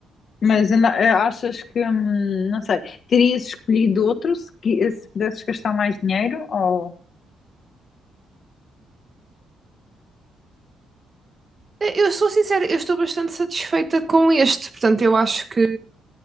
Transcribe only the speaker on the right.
Eh, Eu sou sincera, eu estou bastante satisfeita com este, portanto, eu acho que